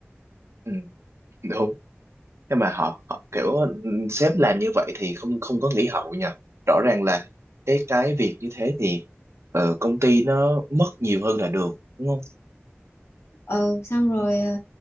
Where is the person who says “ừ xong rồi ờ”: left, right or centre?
Left